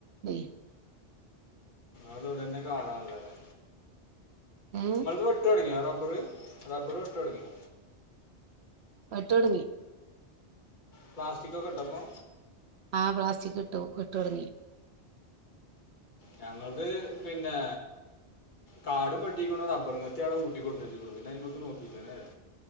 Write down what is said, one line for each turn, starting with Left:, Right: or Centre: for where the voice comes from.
Right: <unintelligible>
Left: അതോവിടന്നെ കാണാള്ളെതേ
Right: ഏ
Left: ങ്ങൾത് വെട്ടൊട് ങ്ങിയാ റബ് ബ്ബറ് റബ്ബറ് വെ ട്ടൊടങ്ങിയോ
Right: വട്ടൊടങ്ങി
Left: പ്ലാസ്റ്റിക്കൊക്കെ ഇട്ടപ്പോ
Right: ആ പ്ലാസ്റ്റിക്കിട്ടു വെട്ടൊടങ്ങി
Left: ഞങ്ങള്ത് പിന്നെ കാടും വെട്ടിക്കുണു റബ്ബറും കത്തിയവടെ ഊട്ടി കൊട്ന്നേച്ച്ക്ക്‌ണു പിന്നെ അതിമ്മക്ക് നോക്കീട്ടന്നല്ല